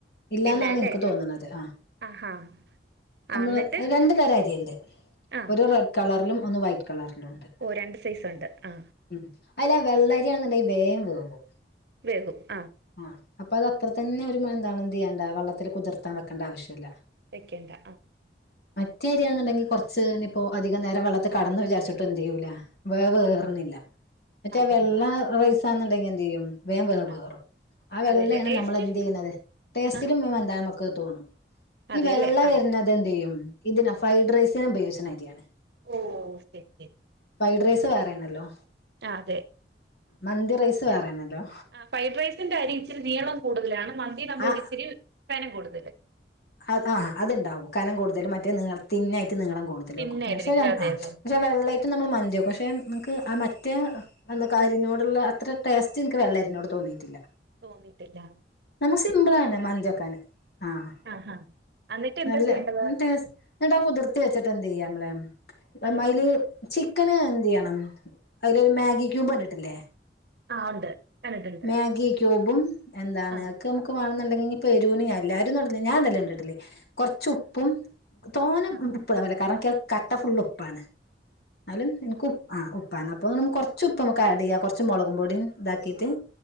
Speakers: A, on the left; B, on the right.
A: ഇല്ലാന്നാണ്
B: ഇല്ല അല്ലേ
A: ഇനിക്ക് തോന്നുന്നത് ആ
B: ആഹാ
A: നമ്മള്
B: ആ എന്നിട്ട്
A: രണ്ടു തരം അരി ഇണ്ട്
B: ആ
A: ഒരു റെ കളറിലും ഒന്ന് വൈറ്റ് കളറിലും ഉണ്ട്.
B: ഓ രണ്ട് സൈസ് ഉണ്ട് ആ
A: ഉം അയില് വെള്ളരിയാണ് ന്നിണ്ടെങ്ക വേഗം വേകും.
B: വേകും ആ
A: ആഹ അപ്പൊ അത് അത്ര തന്നെ ഒരു എന്താണ്ത് ചെയ്യേണ്ട വെള്ളത്തില് കുതിർത്താ വെക്കേണ്ട ആവശ്യല്ല.
B: വെക്കേണ്ട ആ
A: മറ്റേ അരിയാണെന്നുണ്ടങ്കി കുറച്ച് ഇനിയിപ്പോ അധികം നേരം വെള്ളത്ത് കെടന്നു വിചാരിച്ചിട്ടും എന്തയ്യൂല. വേ വേറ്ന്നില്ല
B: ആ
A: മറ്റേ
B: അതെ
A: വെള്ള
B: അതെ
A: റൈസാന്നുണ്ടെങ്കിൽ എന്തയ്യും. വേം വേ
B: ആ
A: വേവും ആ വെള്ളയാണ്
B: അതെല്ലേ ടേസ്റ്റ്
A: നമ്മൾ എന്ത് ചെയ്യുന്നത് ടേസ്റ്റിലും
B: ആ
A: എന്ത. <unintelligible> ഈ
B: അതെല്ലേ
A: വെള്ള
B: ആ
A: വരുന്നുന്നത് എന്തയ്യും ഇതിന് ഫ്രൈഡ് റൈസിന് ഉപയോഗിച്ചിനരിയാണ്.
B: ഓഓ ശരി ശരി
A: ഫ്രൈഡ് റൈസ് വേറെണല്ലോ?
B: ആഹ് അതെ.
A: മന്തി റൈസ് വേറെണല്ലോ?
B: ആ ഫ്രൈഡ് റൈസിന്റെ അരി ഇച്ചിരി നീളം കൂടുതലാണ് മന്തി നമ്മൾ
A: ആ
B: ഇച്ചിരി കനം കൂടുതല്.
A: അ ആ അത്ണ്ടാവും കനം കൂടുതലും മറ്റേ നി തിന്നായിട്ട് നീളം കൂടുതലും
B: തിന്നായിട്ടിരിക്കും അതെ
A: ആ
B: അതെ
A: പക്ഷേ വെള്ളേട്ടും നമ്മൾ മന്തി വെക്കും പക്ഷെ നമുക്ക് ആ മറ്റേ അന്ന കാരിനോടുള്ള അത്ര ടേസ്റ്റ് നിക്ക് വെള്ളരിനോട് തോന്നിയിട്ടില്ല.
B: തോന്നിട്ടില്ല.
A: നമുക്ക് സിമ്പിളാണ് മന്തിക്കാന് ആഹ
B: ആ ഹാ എന്നിട്ട് എന്താ
A: നല്ല
B: ചെയ്യേണ്ടത്
A: ടേ എന്നിട്ടാ കുതിർത്തി വെച്ചിട്ട് എന്തയ്യാം നമ്മളെ
B: ആ
A: മല് ചിക്കന് എന്ത് ചെയ്യണം. അതിലൊരു മാഗി
B: ആ
A: ക്യൂബ് കണ്ടിട്ടില്ലേ?
B: ആ ഉണ്ട് കണ്ടിട്ടുണ്ട്
A: മാഗി ക്യൂബും എന്താണ്.
B: ആ
A: ഒക്കെ നമുക്ക് വേണന്നുണ്ടെങ്കി എരുന് എല്ലാരും ഇടലില്ല ഞാൻഇടല്ണ്ടെടി കൊറച്ച് ഉപ്പും. തോന്ന
B: ആ
A: ഉപ്പിടാൻ പറ്റുല്ല കാരണം കട്ട ഫുള്ള് ഉപ്പാണ്. ന്നാലും എനക്ക് ഉ ആ ഉപ്പാണ് അപ്പൊ ന്ന് കൊറ. ചുപ്പ് നമുക്ക് ആഡ് ചെയ്യാ കുറച്ച് മുളകും പൊടിയും ഇതാക്കിയിട്ട്